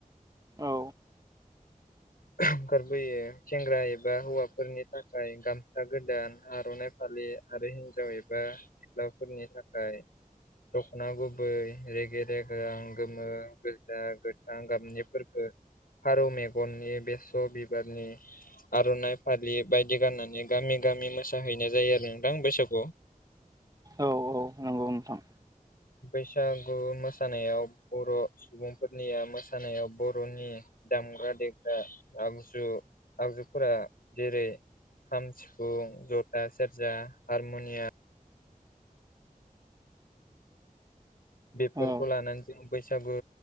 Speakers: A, on the right (about 25°); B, on the left (about 85°).
A: औ
B: ओंखारबोयो सेंग्रा एबा हौवाफोरनि थाखाय गामसा गोदान आर'नाइ फालि लि आरो हिनजाव एबा सिख्लाफोरनि थाखाय दख'ना गुबै रेगे रेगां गोमो गोजा गोथां गाबनिफोरखो फारौ मेगननि बेसर बिबारनि आर'नाइ फालि बायदि गाननानै गामि गामि मोसाहैनाय जायो आरो नोंथां बैसागुआव <inaudible>
A: औ औ नंगौ नोंथां
B: बैसागु मोसानायाव बर' सुबुंफोरनिया मोसानायाव बर'नि दामग्रा देग्रा आगजु आगजुफोरा जेरै खाम सिफुं जथा सेरजा हारमुनियाम बेफोरखौ
A: औ
B: लानानै जों बैसागु